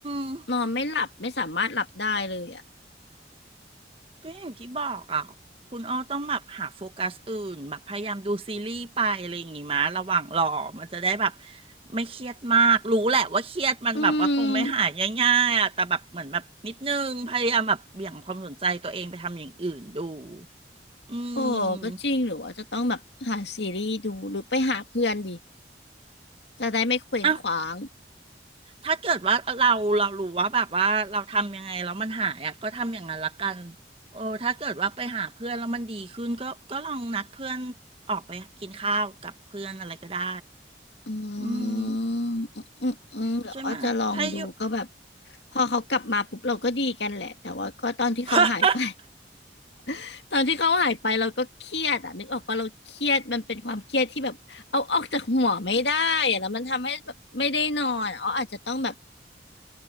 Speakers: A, on the right; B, on the left.
A: ม
B: นอนไม่หลับไม่สามารถหลับได้เลยอ่ะ
A: ก็อย่างที่บอกอ่ะคุณอ้อต้องแบบหาโฟกัสอื่นแบบพยายามดูซีรีส์ไปอะไรอย่างงี้มาระหว่างรอมันจะได้แบบไม่เครียดมากรู้แหละว่าเครียดมันแบบว่าคงไม่หายง่ายๆอ่ะแต่แบบเหมือนแบบนิดนึงพยายามแบบเบี่ยงความสนใจตัวเองไปทำอย่างอื่นดู
B: อืม
A: อื
B: โอ้ก็จริงหรือว่าจะต้องแบบหาซีรีส์ดูหรือไปหาเพื่อนดี
A: ม
B: จะได้ไม่เคว้งคว้าง
A: อ่ะ ถ้าเกิดว่าเราเรารู้ว่าแบบว่าเราทำยังไงแล้วมันหายอ่ะก็ทำอย่างนั้นละกันโอ้ถ้าเกิดว่าไปหาเพื่อนแล้วมันดีขึ้นก็ก็ลองนัดเพื่อนออกไปกินข้าวกับเพื่อนอะไรก็ได้
B: อืมอืมอืมอืมเดี๋ยวอ้อจะลองดูก็แบบ
A: อืมใช่ไหมยถ้าอยู่
B: พอเขากลับมาปุ๊บเราก็ดีกันแหละแต่ว่าก็ตอนที่เขาหายไป
A: <laughs>
B: <laughs> ตอนที่เขาหายไปเราก็เครียดอ่ะนึกออกปะเราเครียดมันเป็นความเครียดที่แบบเอาออกจากหัวไม่ได้อะแล้วมันทำให้แบบไม่ได้นอนอ๋ออาจจะต้องแบบ